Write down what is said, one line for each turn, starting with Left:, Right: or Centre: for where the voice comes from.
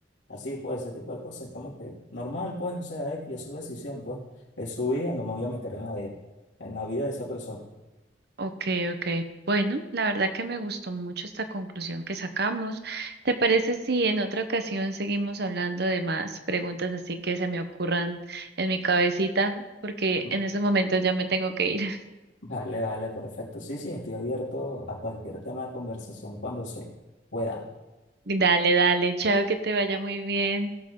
Left: así, pues ese tipo de cosas, es como que normal, pues, o sea, X es su decisión, pues es su vida, no me voy a meter en la de, en la vida de esa persona.
Right: Ok, ok. Bueno, la verdad que me gustó mucho esta conclusión que sacamos. ¿Te parece si en otra ocasión seguimos hablando de más preguntas así que se me ocurran en mi cabecita? Porque
Left: Mm,
Right: en ese momento ya me tengo que ir. <laughs>
Left: Vale, vale, perfecto. Sí, sí, estoy abierto a cualquier tema de conversación cuando se pueda.
Right: Dale, dale, chao, que te vaya muy bien.